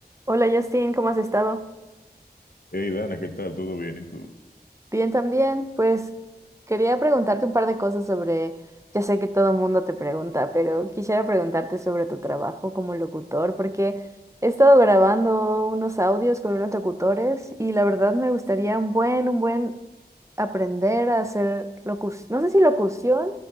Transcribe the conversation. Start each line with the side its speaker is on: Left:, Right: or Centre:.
Right: Hola Justin, ¿cómo has estado?
Left: Hey Dana, ¿qué tal? ¿Todo bien? ¿Y tú?
Right: Bien también, pues quería preguntarte un par de cosas sobre, ya sé que todo el mundo te pregunta, pero quisiera preguntarte sobre tu trabajo como locutor, porque he estado grabando unos audios con unos locutores y la verdad me gustaría un buen, un buen aprender a hacer locución, no sé si locución